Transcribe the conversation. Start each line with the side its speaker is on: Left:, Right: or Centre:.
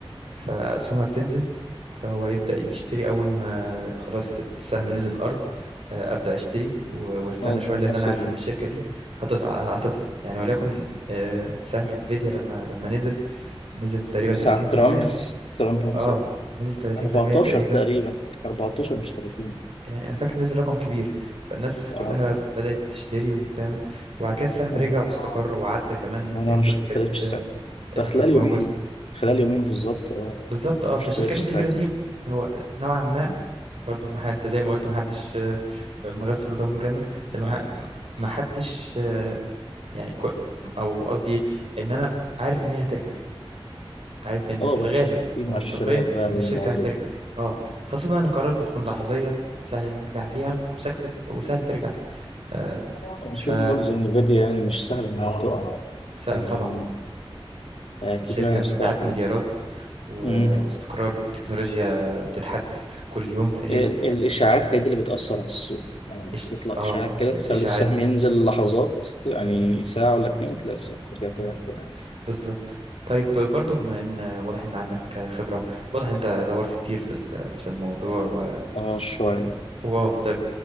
Right: فاسهمها بتنزل فهو يبدأ يشتري اول ما خلاص السهم نزل الارض آه، ابدا اشتري و- واستنى
Left: اه
Right: شويه لان
Left: مثل
Right: انا عارف ان الشركه دي هتصع... هتطلع يعني وليكن آه، سهم انفيديا لما لما نزل نزل تقريبا
Left: ساعة
Right: 30%
Left: ترامب ترامب مثلا
Right: اه نزل 30%
Left: 14
Right: تقريبا
Left: تقريبا 14 مش 30
Right: يعني انا فاكر نزل رقم كبير فالناس كلها
Left: اه
Right: بدات تشتري وتعمل وبعد كده السهم
Left: اه
Right: رجع واستقر وعدى كمان
Left: انا
Right: قيمته
Left: مش
Right: اللي
Left: اشتريتش
Right: كانت
Left: ساعتها ده
Right: اللي
Left: خلال
Right: كانت
Left: يومين
Right: موجوده
Left: خلال يومين بالظبط اه
Right: بالظبط اه
Left: انا مش
Right: فالشركات
Left: اشتريتش
Right: الكبيره
Left: ساعتها
Right: دي هو نوعا ما برضو ما ح- انت زي ما قلت ما حدش آه، مغسل ودم الجنه المح- ما حدش يعني كو... او قصدي ان انا عارف ان هي هترجع عارف ان
Left: اه
Right: في الغالب
Left: بس في مؤشرات
Right: منطقيا
Left: بقى
Right: ان
Left: للموضوع
Right: الشركه هترجع اه خاصه ان القرارات بتكون لحظيه سهل نرجع فيها وسهل وسهل ترجع آه
Left: ممكن
Right: ف
Left: برضه زي انفيديا يعني مش سهل انها تقع
Right: س-
Left: يعني
Right: طبعا
Left: اكيد
Right: شركه
Left: لها
Right: بمبيعات
Left: مستقبل
Right: مليارات و...
Left: مم.
Right: واستقرار والتكنولوجيا بتتحدث كل يوم تقريبا
Left: ال- الإشاعات هي دي اللي بتأثر على السوق يعني
Right: إش...
Left: تطلع
Right: اه
Left: إشاعات كده
Right: الاشاعات
Left: تخلي السهم ينزل لحظات يعني ساعة ولا اتنين تلاقي السهم رجع تاني يعني
Right: بالظبط طيب برضو بما ان واضح ان عندك خبره واضح ان انت دورت كتير في ال- في الموضوع و...
Left: اه شوية
Right: واو طيب